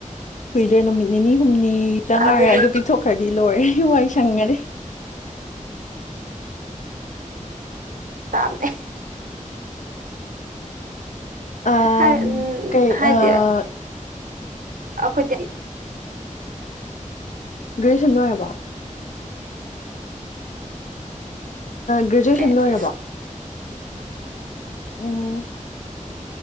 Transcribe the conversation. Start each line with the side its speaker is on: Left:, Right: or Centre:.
Left: ꯍꯨꯏꯗ꯭ꯔꯦ ꯅꯨꯃꯤꯠ ꯅꯤꯅꯤ ꯍꯨꯝꯅꯤꯗ ꯉꯥꯏꯔꯦ
Right: ꯑꯗꯨꯗꯤ
Left: ꯑꯗꯨ ꯄꯤꯊꯣꯛꯈ꯭ꯔꯗꯤ ꯂꯣꯏꯔꯦ ꯋꯥꯏ ꯁꯪꯉꯅꯤ
Right: ꯇꯝꯅꯦ
Left: ꯑꯝ
Right: ꯍꯥꯏ ꯎꯝ
Left: ꯀꯩ
Right: ꯍꯥꯏꯗ
Left: ꯑ
Right: ꯑꯩꯈꯣꯏꯗꯤ
Left: ꯒ꯭ꯔꯦꯖꯨꯑꯌꯦꯁꯟ ꯂꯣꯏꯔꯕ ꯒ꯭ꯔꯦꯖꯨꯋꯦꯁꯟ
Right: ꯑꯦ
Left: ꯂꯣꯏꯔꯕ ꯎꯝ